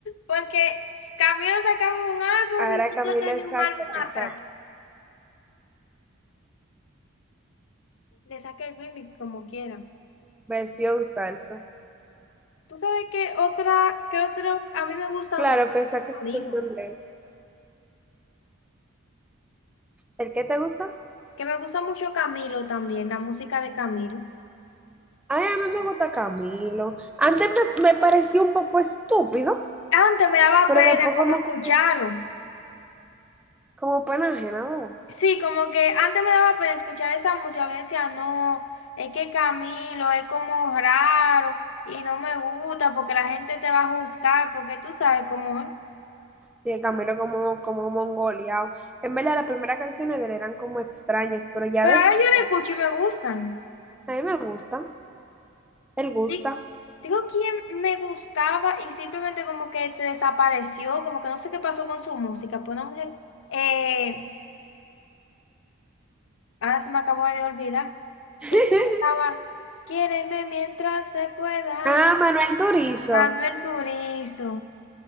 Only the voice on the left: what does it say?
Porque Camilo sacaba un álbum
y
yo tenía
un
álbum
atrás.
Le saqué el remix como quiera.
¿Tú sabes qué otra, qué otro? A mí me gusta
mucho
Camilo.
Que me gusta mucho Camilo también, la música de Camilo.
Antes me daba
pena
como
escucharlo.
Sí, como que antes me daba pena escuchar esa música. Yo decía, no, es que Camilo es como raro y no me gusta porque la gente te va a juzgar porque tú sabes cómo es.
Pero
ahora yo la escucho y me gustan.
Sí, Digo quién me gustaba y simplemente como que se desapareció, como que no sé qué pasó con su música. Pues una mujer, eh, ahora se me acabó de olvidar.
Que cantaba Quiéreme mientras se pueda.
Manuel Turizo.